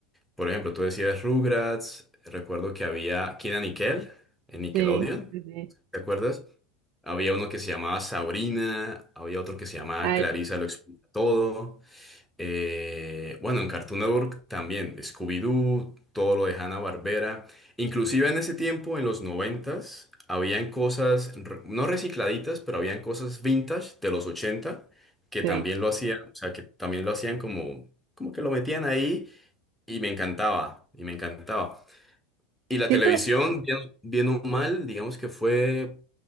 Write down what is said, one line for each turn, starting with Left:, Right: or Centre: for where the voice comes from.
Centre: por ejemplo, tú decías Rugrats, recuerdo que había Kina Nickel en Nickelodeon,
Right: Sí, sí, sí.
Centre: ¿te acuerdas? Había uno que se llamaba Sabrina, había otro que se llamaba
Right: A ver,
Centre: Clarissa lo todo. Eh, bueno, en Cartoon Network también, Scooby-Doo, todo lo de Hanna-Barbera. Inclusive en ese tiempo, en los noventas, habían cosas, re- no recicladitas, pero habían cosas vintage de los 80 que
Right: sí.
Centre: también lo hacían, o sea, que también lo hacían como, como que lo metían ahí y me encantaba, y me encantaba. Y la
Right: Siento,
Centre: televisión, bien, bien o mal, digamos que fue,